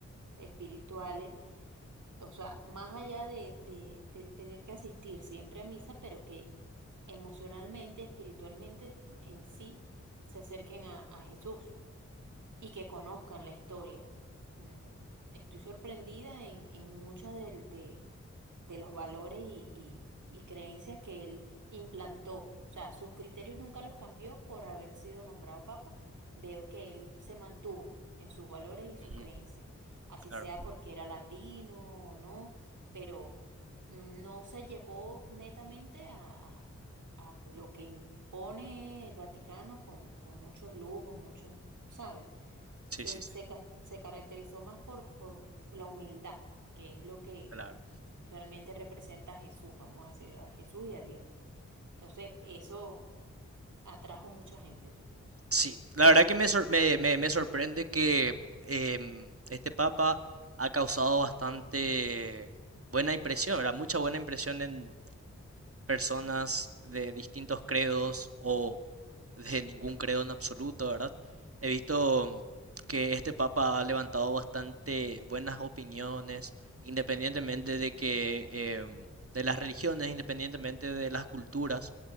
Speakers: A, on the right (about 85°); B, on the right (about 50°).
A: espirituales, o sea, más allá de, de- del tener que asistir siempre a misa, pero que emocionalmente, espiritualmente mm, en sí se acerquen a, a Jesús y que conozcan la historia. Mm, Estoy sorprendida en, en muchos del- de, de los valores y, y- y creencias que él implantó. O sea, sus criterios nunca los cambió por haber sido nombrado papa. Veo que él se mantuvo en sus valores y sus
B: ujú,
A: creencias, así
B: Claro,
A: sea porque era latino o no, pero mm, no se llevó netamente a, a- a lo que impone el Vaticano con, con muchos lujos, muchos, ¿sabes?
B: sí,
A: se,
B: sí, sí,
A: se, ca- se caracterizó más por, por la humildad, que es lo que
B: claro.
A: realmente representa a Jesús, vamos a decirlo, a Jesús y a Dios. Entonces, eso atrajo mucha gente, yo pienso.
B: Sí, la verdad que me, sor- me, me- me sorprende que em, este Papa ha causado bastante buena impresión, ¿verdad? Mucha buena impresión personas de distintos credos o de ningún credo en absoluto, ¿verdad? He visto que este papa ha levantado bastante buenas opiniones, independientemente de que em, de las religiones, independientemente de las culturas.